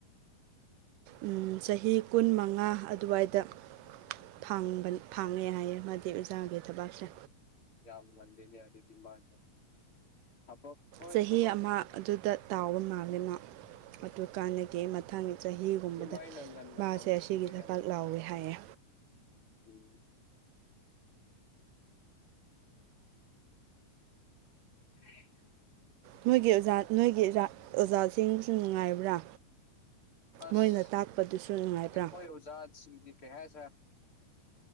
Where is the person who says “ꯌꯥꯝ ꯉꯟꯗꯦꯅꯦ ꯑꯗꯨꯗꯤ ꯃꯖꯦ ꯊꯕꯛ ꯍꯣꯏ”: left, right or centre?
Left